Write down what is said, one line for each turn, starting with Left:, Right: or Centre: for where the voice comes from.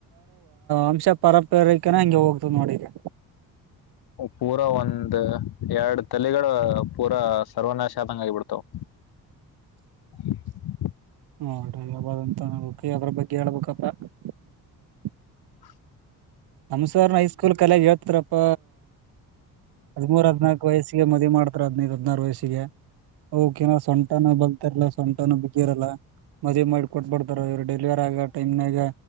Right: ಅಂಶ ಪರಪರಕನ ಹಂಗೆ ಹೋಗ್ತದ ನೋಡಿಗೆ
Left: ಪೂರಾ ಒಂದ ಎರಡು ತಲೆಗಳ ಪೂರಾ ಸರ್ವನಾಶ ಅ ಆದಂಗ ಆಗಿಬಿಡ್ತವು <unintelligible>
Right: <inaudible>
Left: <unintelligible>
Right: ನಮ್ಸರ್ ಹೈಸ್ಕೂಲ್ ಕಲೆಗ್ ಹೇಳ್ತಾರಪ್ಪ ಹದಿ್ಮೂರ್ ಹದ್ನಾಾಲ್ಕು ವಯಸ್ಸಿಗೆ ಮದಿ ಮಾಡ್ತಾರ ಹದ್ನೈದು ಹದ್ ನಾರು ವಯಸ್ಸಿಗೆ ಓಕೆ ನ ಸೊಂಟನ ಬಲ್ತಾರಲ್ಲ ಸೊಂಟನು ಬಿಗಿರಲ್ಲ ಮದುವವಿ ಮಾಡಿ ಕೊಟ್ಬಡ್ತಾರ ಇವರು ಡೆಲಿವರಿ ಆಗ ಟೈಮ್ನಾಗ